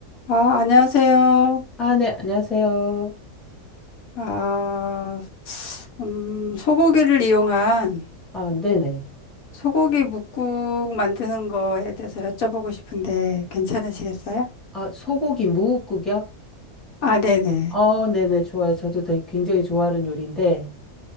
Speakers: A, on the left; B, in the centre.
A: 아, 안녕하세요.
B: 아, 네, 안녕하세요.
A: 아, 음, 소고기를 이용한
B: 아, 네네.
A: 소고기 뭇국 만드는 거에 대해서 여쭤보고 싶은데 괜찮으시겠어요?
B: 아, 소고기 무국국이요?
A: 아, 네네.
B: 어, 네네, 좋아요. 저도 되게 굉장히 좋아하는 요리인데,